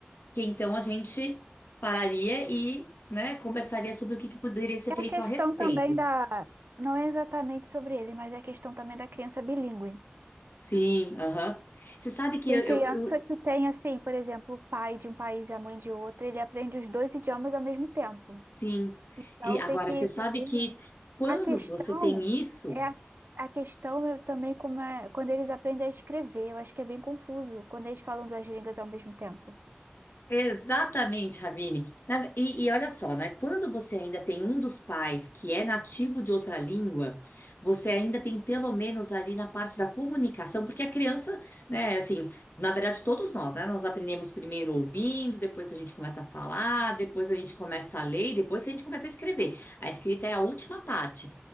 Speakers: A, on the left (about 60°); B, on the right (about 60°).
A: que então a gente pararia e né, conversaria sobre o que, que poderia ser
B: É
A: feito
B: a questão
A: a respeito.
B: também da, não é exatamente sobre ele, mas é a questão também da criança bilíngue.
A: Sim, aham. Você sabe que
B: Tem
A: eu,
B: criança
A: eu, eu
B: que tem assim, por exemplo, o pai de um país e a mãe de outro, ele aprende os dois idiomas ao mesmo tempo.
A: Sim.
B: Então
A: E agora,
B: tem que
A: você sabe
B: saber
A: que quando
B: a questão
A: você tem isso,
B: é a, a questão é também como é quando eles aprendem a escrever, eu acho que é bem confuso quando eles falam duas línguas ao mesmo tempo.
A: exatamente, Ravine. Na- E, e olha só, né? Quando você ainda tem um dos pais que é nativo de outra língua, você ainda tem pelo menos ali na parte da comunicação, porque a criança, né, assim, na verdade, todos nós, né? Nós aprendemos primeiro ouvindo, depois a gente começa a falar, depois a gente começa a ler, e depois que a gente começa a escrever. A escrita é a última parte.